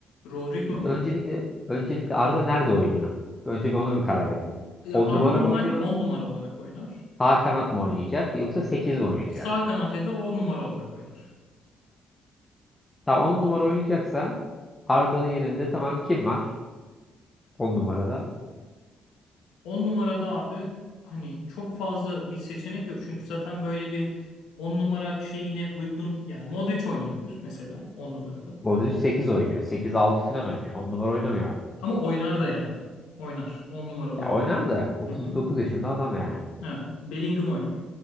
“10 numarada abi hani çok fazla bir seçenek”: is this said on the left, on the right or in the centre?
Left